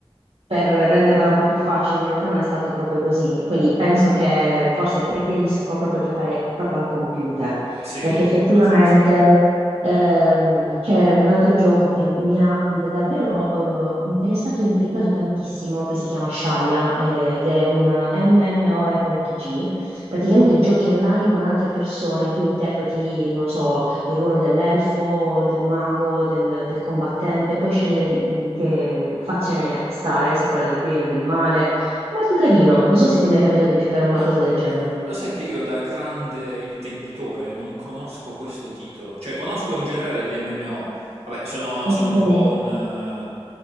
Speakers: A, on the right; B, on the right.
A: per rendermela un po' più facile, in realtà non è stato proprio così, quindi penso che forse preferisco proprio giocare proprio al computer,
B: Eh, sì,
A: perché effettivamente...
B: alla fine sì.
A: Ehm, c'è un altro gioco che mi ha davvero eh, interessato e intrigato tantissimo, che si chiama Shaya, eh, ed è un MMORPG. Praticamente giochi online con altre persone, tu interpreti, non lo so, il ruolo dell'elfo, del mago, del, del combattente, puoi scegliere di- in che fazione stare, se quella del bene o del male. Molto carino, non so se ti è mai capitato di giocare a un qualcosa
B: Ma Ah,
A: del genere.
B: lo sai che io da grande intenditore non conosco questo titolo, cioè conosco in generale gli MMO, vabbè sono,
A: Ok,
B: sono un po' un, eh,